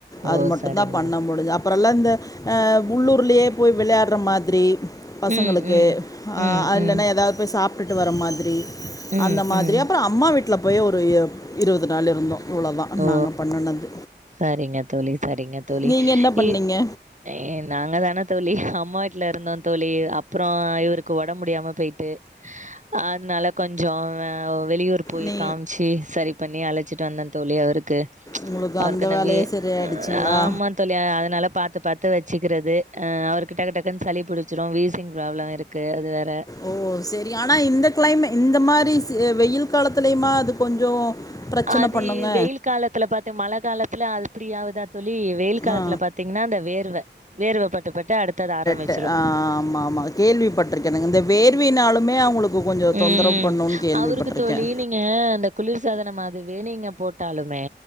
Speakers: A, on the right; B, on the left.
A: ஓ
B: அது மட்டும்
A: சரிங்க
B: தான் பண்ண முடிஞ்ச அப் அப்புறம் எல்லா இந்த அ உள்ளூர்லயே போயி விளையாட்ற மாதிரி பசங்குளுக்கு
A: ம் ம்
B: அ
A: ம்
B: அல
A: ம்
B: ஏதாது போயி சாப்ட்டுட்டு வர மாதிரி
A: ம்
B: அந்த மாதிரி
A: ம்
B: அப்புறம் அம்மா வீட்ல அப்பயே ஒரு இருவது நாள் இருந்தோம் இவ்வளோதான்
A: ஓ
B: நாங்கள் பண்ணினது
A: சரிங்க தோழி சரிங்க தோழி
B: நீங்க என்ன பண்ணீங்க
A: இ ஏ நாங்க தானே தோழி அம்மா வீட்ல இருந்தோம் தோழி அப்றோ இவருக்கு ஒடம் முடியாம போயிட்டு அதனால கொஞ்சம் வெளியூர் போய்
B: நீ
A: காமிச்சு சரி பண்ணி அழச்சிட்டு வந்தேன் தோழி அவருக்கு
B: உங்களுக்கு
A: அவருக்கனவே
B: அந்த வேலையே சரியாயிடுச்சுங்களா
A: ஆமா தோழி அதனால பாத்து பாத்து வச்சுக்கிறது அ அவர்க்கு டக்கு டக்குன்னு சளி புடிச்சிடும் வீசிங் ப்ராப்ளம் இருக் கு அது வேற
B: ஓ சேரி ஆனா இந்த க்ளைமெ இந்த மாறி வெயில் காலத்துலயுமா அது கொஞ்ஜோம் ப்ரச்சன
A: அது
B: பண்ணுங்க
A: வெயில் காலத்துல பாத் மழ காலத்துல அ ப்டி ஆவுதா தோழி வெயில் காலத்துல
B: ஆ
A: பாத்தீங்னா அந்த வேர்வ வேர்வைப் பட்டுப்பட்டு அடுத்தது ஆரம்பிச்
B: ட்டு ஆ ஆமா ஆமா கேள்விப்பட்டிருக்கனுங்க இந்த வேர்வினாலுமே அவங்களுக்கு கொஞ்சம்
A: ம்
B: தொந்தரவு பண்ணும் கேள்விப்பட்ருக்கேன்
A: அவருக்கு தோழி நீங்க அந்த குளிர் சாதனம் மாறி வேணீங்க போட்டாலுமே